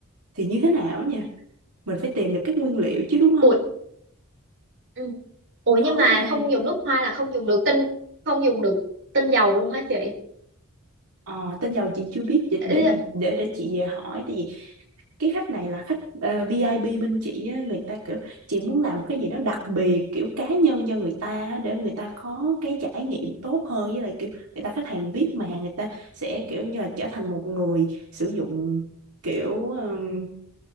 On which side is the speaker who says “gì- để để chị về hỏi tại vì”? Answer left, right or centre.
Right